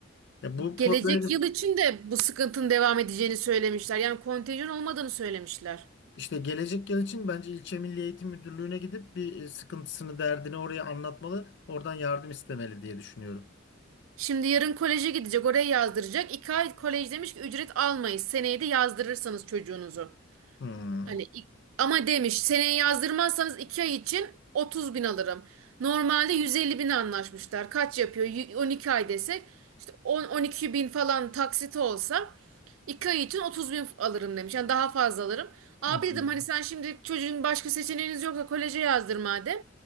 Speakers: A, on the left; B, on the right.
A: E, bu pro-
B: Gelecek
A: böyle bir
B: yıl için de bu sıkıntının devam edeceğini söylemişler. Yani kontenjan olmadığını söylemişler.
A: işte gelecek yıl için bence ilçe Milli Eğitim Müdürlüğü'ne gidip bir e, sıkıntısını, derdini oraya anlatmalı, oradan yardım istemeli diye düşünüyorum.
B: Şimdi yarın koleje gidecek, oraya yazdıracak. İki ay kolej demiş ki ücret almayız. Seneye de yazdırırsanız çocuğunuzu.
A: Hmm.
B: Hani ik- ama demiş seneye yazdırmazsanız 2 ay için 30 bin alırım. Normalde 150 bin anlaşmışlar. Kaç yapıyor? Y- 12 ay desek işte 10-12 bin falan taksit olsa 2 ay için 30 bin alırım demiş. Yani daha fazla alırım. Abi
A: Hmm.
B: dedim hani sen şimdi çocuğun başka seçeneğiniz yoksa koleje yazdır madem.